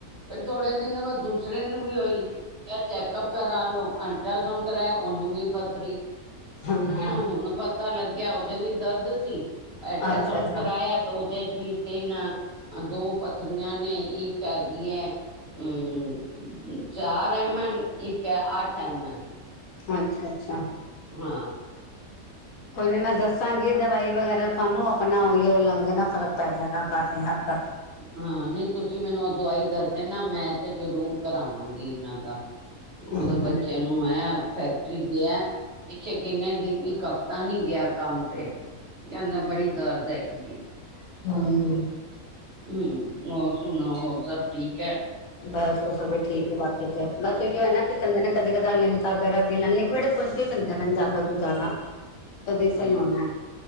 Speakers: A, on the right (about 50°); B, on the left (about 75°).
A: ਫੇਿਰ ਥੋੜੇ ਦਿਨ ਬਾ ਦੂਸ। ਦੂਸਰੇ ਨੂੰ ਵੀ ਉਈ ਕਿਆ ਚੈੱਕਅਪ ਕਰਾ ਲਓ ਅਲਟਰਾਸਾਊਂਡ ਕਰਾਇਆ ਉਹਨੂੰ ਵੀ ਪੱਥਰੀ
B: ਹਾਂ- ਹਾਂ
A: ਹੁਨ ਪਤਾ ਲੱਗਿਆ ਉਹਦੇ ਵੀ ਦਰਦ ਸੀ ਐਲਟਰਾਸਾਊਂਡ
B: ਹਾਂ ਅੱਛਾ ਅੱਛਾ
A: ਕਰਾਇਆ ਤਾਂ ਉਹਦੇ 'ਚ ਵੀ ਤਿੰਨ ਦੋ ਪੱਥਰੀਆਂ ਨੇ ਇੱਕ ਹੈਗੀ ਐ ਹੰ ਚਾਰ ਐਮ ਐਲ, ਇੱਕ ਹੈ ਅੱਠ ਐਮ ਐਲ
B: ਅੱਛਾ-ਅੱਛਾ
A: ਹਾੰ
B: ਕੋਈ ਨੀ ਮੈਂ ਦੱਸਾਂਗੀ ਦਵਾਈ ਵਗੈਰਾ ਤੁਹਾਨੂੰ ਆਪਨਾ ਉਹੀ ਲੰਗ ਨਾ ਫਰਕ ਪੈ ਜਾਏਗਾ ਕਾਫ਼ੀ ਹੱਦ ਤੱਕ
A: ਹਾਂ ਨਹੀਂ ਤੁਸੀਂ ਮੈਨੂੰ ਉਹ ਦਵਾਈ ਦੱਸ ਦੇਣਾ ਮੈਂ ਤੇ ਜ਼ਰੂਰ ਕਰਾਵਾਂਗੀ ਇਹਨਾਂ ਦਾ ਉਹਦੇ
B: ਹਮ
A: ਬੱਚਿਆਂ
B: ਹਮ
A: ਨੂੰ ਤੋਂ ਇਹ ਫੈਕਟਰੀ ਗੇਆ ਪਿੱਛੇ ਕਿੰਨੇ ਦਿਨ ਇੱਕ ਹਫ਼ਤਾ ਨੀ ਗਿਆ ਕੰਮ ਤੇ ਕਹਿੰਦਾ ਬੜੀ ਦਰਦ ਹੈਗੀ ਏ
B: ਹੰ
A: ਹੰ ਹੋਰ ਸੁਣਾਓ ਹੋਰ ਸਭ ਠੀਕ ਏ
B: ਬਸ ਸਭ ਠੀਕ ਬਸ ਕਿਤੇ ਅਸੀਂ ਵੀ ਹੈਨਾ ਕਿਤੇ ਨਾ ਕਦੇ ਕਦਾਈਂ ਲਿਮਕਾ ਵਗੈਰਾ ਪੀ ਲੈਣੇ ਲਿਇੰਵਡ ਕੁਝ ਵੀ ਪੀਦਾ ਜ਼ਿਆਦਾ ਤੋਂ ਜ਼ਿਆਦਾ ਤਦੀ ਸਹੀ
A: ਹਾਂ
B: ਹੋਨਾ ਏ,